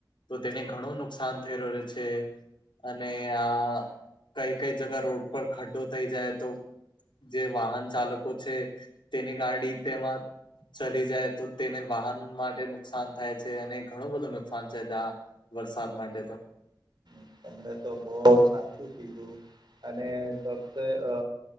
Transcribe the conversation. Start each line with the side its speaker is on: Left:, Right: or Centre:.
Left: તો તેને ઘણું નુકસાન થઈ રહ છે. અને આ કઈ કઈ જગા રોડ પર ખડ્ડો થઈ જાય તો જે વાહન ચાલકો છે તેની ગાડી તેમાં ચરી જાય તો તેને વાહન માટે નુકસાન થાય છે અને ઘણું બધું નુકસાન થ. ત્યા વરસાદ માટે તો
Right: હ તમને તો બહ સાચું કીધું. અને સબ અ